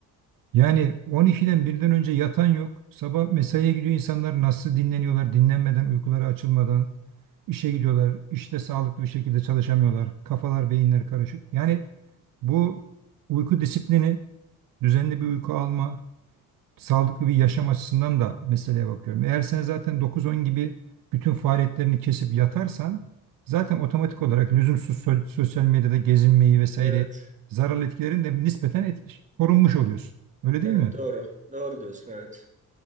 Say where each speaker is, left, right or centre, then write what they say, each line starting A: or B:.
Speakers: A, on the right; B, on the right.
A: yani 12'den birden önce yatan yok. Sabah mesaiye gidiyor insanlar nasıl dinleniyorlar dinlenmeden, uykuları açılmadan. işe gidiyorlar. İşte sağlıklı bir şekilde çalışamıyorlar. Kafalar, beyinler karışık. Yani bu uyku disiplini, düzenli bir uyku alma, sağlıklı bir yaşam açısından da meseleye bakıyorum. Eğer sen zaten 9-10 gibi bütün faaliyetlerini kesip yatarsan zaten otomatik olarak lüzumsuz so- sosyal medyada gezinmeyi vesaire
B: evet,
A: zararlı etkilerin de nispeten etki- korunmuş oluyorsun. Öyle değil
B: evet
A: mi?
B: doğru. Doğru diyorsun, evet.